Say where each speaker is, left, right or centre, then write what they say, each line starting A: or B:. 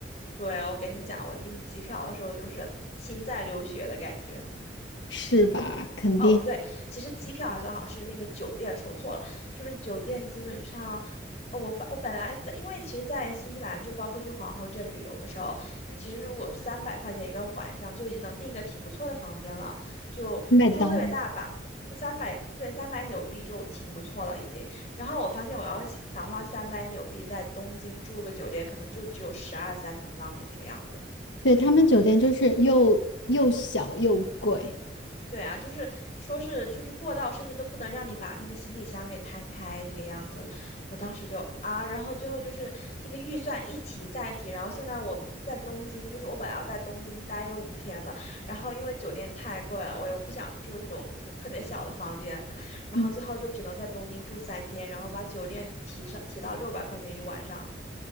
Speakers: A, on the left (about 35°); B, on the left (about 75°).
A: 对，我跟你讲，我订机票的时候就是心在流血的感觉。
B: 是吧？肯定
A: 哦，不对，其实机票还算好，是那个酒店说错了，就是酒店基本上，哦，我发我本来在，因为其实，在新西兰就包括去皇后镇旅游的时候，你其实如果三百块钱一个晚上就已经能订一个挺不错的房间了，就不说特别大吧，
B: 麦当劳，
A: 那三百对三百纽币就挺不错了已经。然后我发现我要想花三百纽币在东京住个酒店，可能就只有十二三平方米这个样子。
B: 对，他们酒店就是又又小又贵。
A: 对啊，就是说是就是过道，甚至都不能让你把那个行李箱给摊开这个样子。我当时就啊，然后最后就是这个预算一提再提，然后现在我在东京，就是我本来要在东京待个五天的，然后因为酒店太贵了，我又不想住那种特别小的房间，然后最后就只能在东京住三天，
B: 嗯，
A: 然后把酒店提上提到六百块钱一晚上。